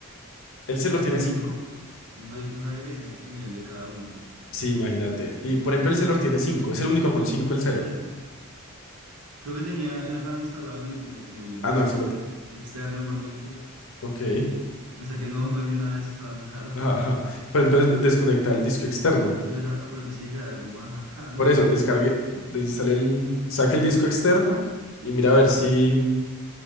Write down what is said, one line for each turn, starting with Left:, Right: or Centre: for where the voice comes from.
Left: el Celor
Right: te
Left: tiene
Right: dicen
Left: cinco.
Right: incluso, no sabía,
Left: Ujú.
Right: no sabía que te decían el nivel de cada uno.
Left: Sí, imagínate. Y por ejemplo, el Celor tiene cinco, es el único con cinco el Celor.
Right: Creo que tenía el Halo instalado en el, en el, en el
Left: Ah,
Right: disco
Left: no, el Celotro.
Right: externo igualmente.
Left: Ok. <laughs>
Right: O sea que no, no hice nada instalando el Halo.
Left: Ajá. Pero entonces desconecta el disco externo.
Right: Pero entonces, ah, pero te tiene que haber algo más acá, ¿no?
Left: Por eso, descargue, desinstale el, saque el disco externo y mira a ver si,